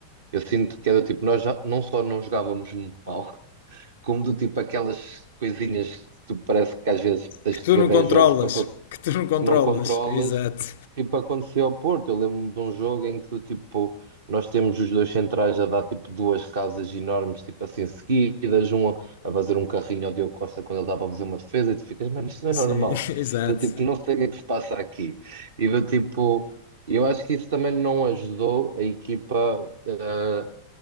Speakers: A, on the right; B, on the left.
A: Eu sinto que é do tipo, nós já, não só não jogávamos mal, <laughs> como do tipo aquelas coisinhas que tu parece que às vezes tens
B: Que tu
A: que ver
B: não
A: 10
B: controlas.
A: jogos para cons-
B: Que tu não controlas.
A: que não controlas
B: Exato.
A: Tipo, aconteceu ao Porto. Eu lembro-me de um jogo em que, do tipo, nós temos os dois centrais a dar, tipo, duas casas enormes, tipo assim, seguidas. Um a fazer um carrinho ao Diogo Costa quando ele estava a fazer uma defesa. E tu ficas, mano, isto não é
B: Sim,
A: normal.
B: <laughs> exato.
A: Do tipo, não sei o que é que se passa aqui. E do tipo, eu acho que isso também não ajudou a equipa, eh,